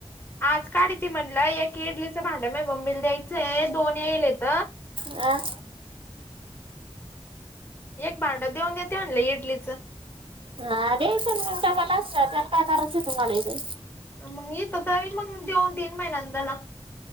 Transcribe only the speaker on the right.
आ?
हा द्यायचं <unintelligible> तेला काय करायचं तुम्हाला इथं.